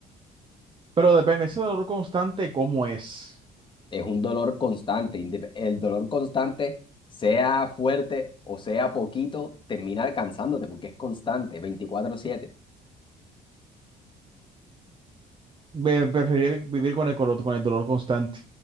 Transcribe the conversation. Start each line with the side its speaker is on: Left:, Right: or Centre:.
Right: Pero depende, ese dolor constante, ¿cómo es?
Left: Es un dolor constante. indep- El dolor constante, sea fuerte o sea poquito, termina alcanzándote porque es constante, veinticuatro siete
Right: Ve- Preferir vivir con el, colo- con el dolor constante.